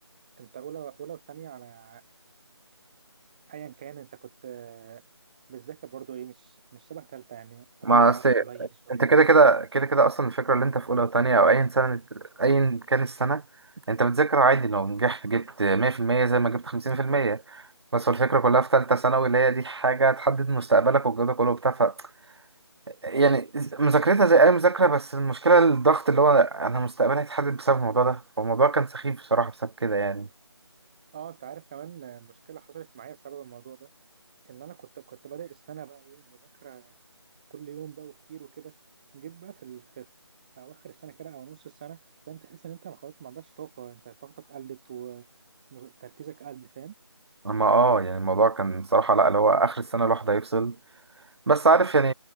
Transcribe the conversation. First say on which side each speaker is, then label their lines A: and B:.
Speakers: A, on the right (about 15°); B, on the right (about 65°).
A: انت اولى اولى وتانية على ايا كان انت كنت آه، بتذاكر برضو ايه مش مش شبه تالتة يعني عدد
B: ما
A: ساعات
B: اصل
A: قليل شوية
B: انت كده كده كده كده اصلا الفكره اللي انت في اولى وتانية او اي سنه ايا كان السنه انت بتذاكر عادي لو نجحت جبت 100% زي ما جبت 50% بس هو الفكره
A: بالظبط
B: كلها في ثالثه ثانوي اللي هي دي حاجه تحدد مستقبلك والجو ده كله وبتاع ف- يعني مذاكرتها زي اي مذاكره بس المشكله الضغط اللي هو انا مستقبلي هيتحدد بسبب الموضوع ده فالموضوع كان سخيف بصراحه بسبب كده يعني
A: اه انت عارف كمان آه، مشكلة حصلت معايا بسبب الموضوع ده ان انا كنت كنت بادئ السنة بقى ايه مذاكرة كل يوم بقى وكتير وكده جيت بقى في ال... في... في اواخر السنه كده او نص السنه فاهم تحس ان انت خلاص ما عندكش طاقه انت طاقتك قلت وتركيزك قل فاهم
B: اما اه يعني الموضوع كان بصراحة لا اللي هو اخر السنة الواحد هيفصل بس عارف يعني